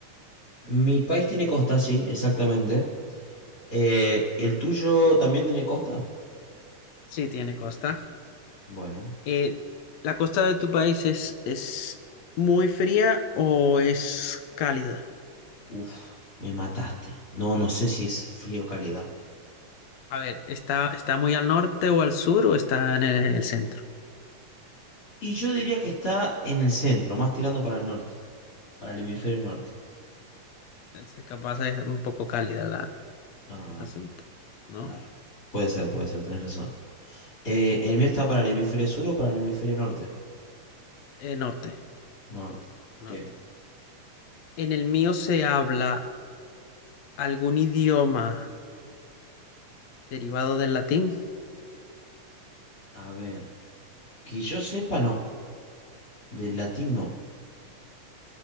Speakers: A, on the left (about 25°); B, on the left (about 70°).
A: Mi país tiene costa, sí, exactamente. Eh, ¿el tuyo también tiene costa?
B: Sí, tiene costa.
A: Bueno.
B: Eh, ¿la costa de tu país es, es muy fría o es cálida?
A: Uf, me mataste. No, no sé si es frío o calidad.
B: A ver, ¿está, está muy al norte o al sur o está en el, el centro?
A: Y yo diría que está en el centro, más tirando para el norte, para el hemisferio norte.
B: Entonces, capaz es un poco cálida la,
A: Ah,
B: el asunto, ¿no?
A: claro. Puede ser, puede ser, tenés razón. Eh, ¿el mío está para el hemisferio sur o para el hemisferio norte?
B: Eh, norte,
A: Norte. Ok.
B: norte. En el mío se habla algún idioma derivado del latín.
A: A ver. Que yo sepa, no. Del latín, no.